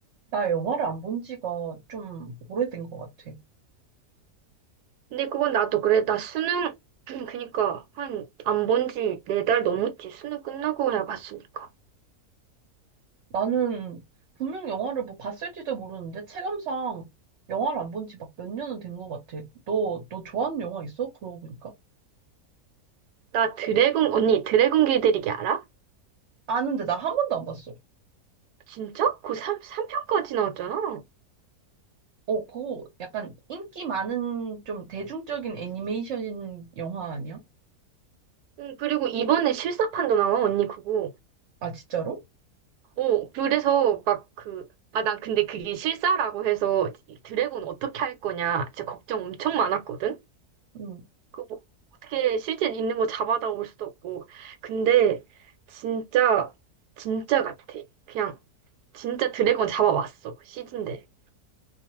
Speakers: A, on the right; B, on the right.
A: 나 영화를 안 본 지가 좀 오래된 것 같아.
B: 근데 그건 나도 그래. 나 수능, <clears throat> 그니까, 한, 안 본지 네 달 넘었지. 수능 끝나고 야 봤으니까.
A: 나는 분명 영화를 뭐 봤을지도 모르는데 체감상 영화를 안 본지 막 몇 년은 된 것 같아. 너, 너 좋아하는 영화 있어? 그러고 보니까.
B: 나 드래곤, 언니, 드래곤 길들이기 알아?
A: 아는데 나 한 번도 안 봤어.
B: 진짜? 그 3, 삼편까지 나왔잖아.
A: 어, 그거 약간 인기 많은 좀 대중적인 애니메이션 영화 아니야?
B: 응, 그리고 이번에 실사판도 나와, 언니, 그거.
A: 아, 진짜로?
B: 어, 그래서 막 그, 아, 난 근데 그게 실사라고 해서 이 드래곤 어떻게 할 거냐. 진짜 걱정 엄청 많았거든?
A: 응.
B: 그거 뭐 어떻게 실제 있는 거 잡아다 올 수도 없고. 근데, 진짜, 진짜 같아. 그냥 진짜 드래곤 잡아왔어. 시즌데.